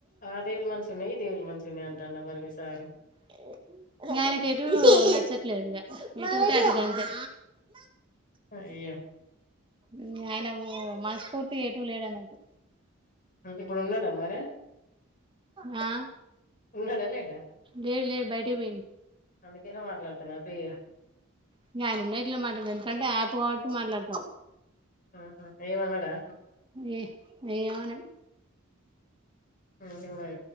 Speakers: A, on the left; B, on the right.
A: ఆ దేవుళు మంచుగున్నయి, ఈ దేవుళు మంచుగున్నాయంటాండా మీ సారు!
B: ఏ ఇంగ ఆయనకు ఎటూ నచ్చట్లేదు ఇంగ ఎటుంటే అటు గంతే.
A: అయ్యో
B: ఇంగ ఆయన ఓ మనస్ఫూర్తి ఎటు లేడన్నట్టు.
A: ఆ ఇప్పుడు ఉన్నడా మరే
B: ఆ
A: ఉన్నడా, లేడా!
B: లేడు లేడు బయటికి పోయిండు
A: అందుకనే మాట్లాడుతున ఫ్రీగా
B: ఇంగ ఆయన ఉన్న గిట్ల మాట్లాడుత, ఎందుకంటే ఆప్ కాబట్టి మాట్లాడుతా
A: ఆ హా ఏం అనడా?
B: ఏ ఏమనడు.
A: అంతే మరి